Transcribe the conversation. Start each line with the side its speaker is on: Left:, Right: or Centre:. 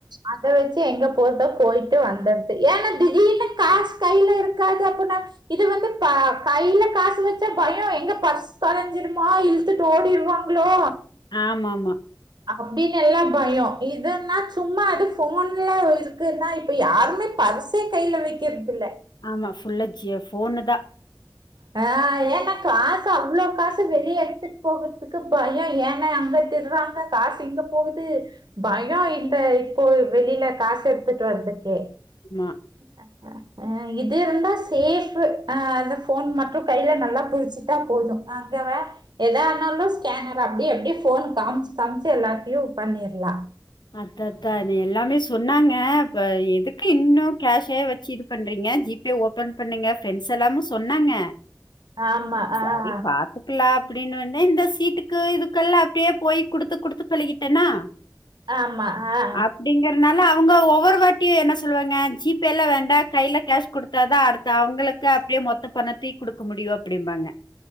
Right: அத வச்சு எங்க போட்டோ போயிட்டு வந்தடுது ஏன்னா திிடீனுு காசு கையில இருக்காது அப்படின்னா இது வந்து ப கையில காசு வச்சா பயம் எங்க பர்ஸ்ு தொலைஞ்சிருமோ இழுத்துட்டு ஓடிருவாங்களோ
Left: ஆமமா
Right: அப்டின்னு எல்லாம் பயம் இதுன்னா சும்மா அது போன்ல இருக்குன்னா இப்ப யாருமே பர்சே கையில வைக்கிறது இல்ல
Left: ஆமா ஃபுல்லா ஜியோ ஃபோன்னு தான்
Right: ஆஹ் ஏன்னா காசு அவ்வளவு காசு வெளிய எடுத்துட்டு போகுறதுக்கு பயம் ஏன்னா அங்க திருறாங்க காசு இங்க போகுது பயம் இந்த இப்போ வெளியில காசு எடுத்துட்டு வர்றதுக்கே
Left: ஆமா
Right: ஆஹ ஆஹ் இது இருந்தா சேஃப்பு அது போன் மட்டும் கையில நல்லா புிடிச்சுட்டா போதும் அங்கவே எதாயிருந்தாலும் ஸ்கேனர் அப்படி அப்படி போன் காமிச்சு காமிச்சு எல்லாருத்தையும் பண்ணிடலாம்
Left: அத்தத்த எல்லாமே சொன்னாங்க ப எதுக்கு இன்னும் கேஷ் வச்சு இது பண்றீங்க ஜிபே ஓபன் பண்ணுங்க பிரண்ட்ஸ் எல்லாமும் சொன்னாங்க
Right: ஆமா ஆஹ்
Left: சரி பாத்துக்கலாம் அப்படின்னு வந் தெ சீட்டுக்கு இதுக்கெல்லாம் அப்படியே போய் குடுத்து குடுத்து பழிக்கிட்டேனா
Right: ஆமா. ஆ,
Left: அப்படிங்கறனால அவங்க ஒவ்வொருவாட்டி என்ன சொல்லுவாங்க ஜிபேல வேண்டா கையில கேஷ் குடுத்தாதான் அடுத்து அவுங்களுக்கு அப்படியே மொத்த பணத்தையும் குடுக்க முடியும் அப்படிம்பாங்க